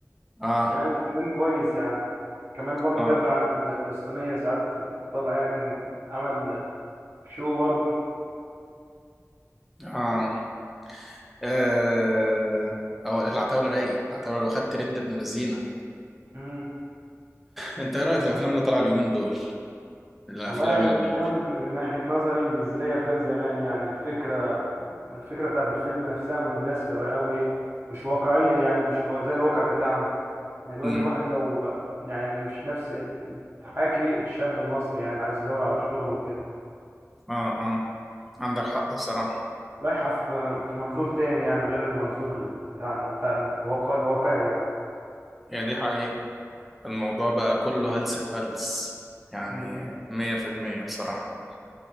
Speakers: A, in the centre; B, on the right.
A: اه
B: يعني الفنان كويس يعني كمان برضو
A: اه
B: دافع عن الفلسطينية ساعات طلع يعني كان عمل شو برضو
A: اه آه، او العتاوله رايق العتاوله لو خدت ترند ابن لذينه
B: مم.
A: انت ايه رايك في الافلام اللي طالعه اليومين دول الافلام
B: والله يعني
A: ال...
B: الافلام من ناحيه نظري مش زي افلام زمان يعني الفكره الفكره بتاعت الفيلم نفسها مندثره قوي مش واقعيه يعني مش الوا- زي الواقع بتاعنا يعني دلوقتي
A: مم.
B: الواحد لو يعني مش نفس ال- تحاكي الشاب المصري يعني اللي عايز يدور على شغل وكده
A: اه اه عندك حق الصراحه
B: رايحه في في منظور تاني يعني غير المنظور ال- بتاعنا بتاع الواقع الواقعي يعني
A: هي دي حقيقه الموضوع بقى كله هلس في هلس يعني
B: م-م.
A: مية في المية بصراحه